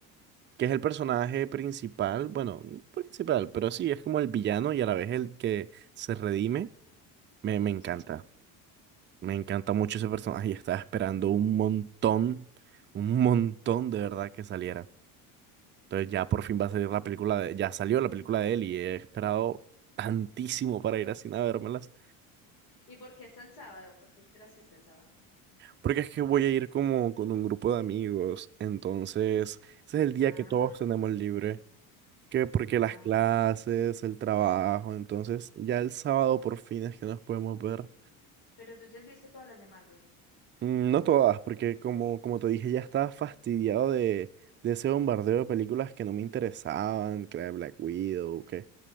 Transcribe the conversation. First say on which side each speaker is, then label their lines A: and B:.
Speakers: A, on the right; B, on the left.
A: que es el personaje principal, bueno, no principal, pero sí, es como el villano y a la vez el que se redime. Me, me encanta,
B: Sí.
A: me encanta mucho ese personaje y estaba esperando un montón, un montón de verdad que saliera. Entonces ya por fin va a salir la película de, ya salió la película de él y he esperado tantísimo para ir así a vérmelas,
B: ¿Y por qué hasta el sábado? ¿Por qué esperas si hasta el sábado?
A: porque es que voy a ir como con un grupo de amigos, entonces ese es el día
B: Ah,
A: que todos tenemos libre. Que porque
B: ah,
A: las clases,
B: entiendo.
A: el trabajo, entonces ya el sábado por fin es que nos podemos ver.
B: Pero tú te has visto todas las de Marvel.
A: Mm, No todas, porque como, como te dije, ya estaba fastidiado de, de ese bombardeo de películas que no me interesaban, que la de Black Widow, que...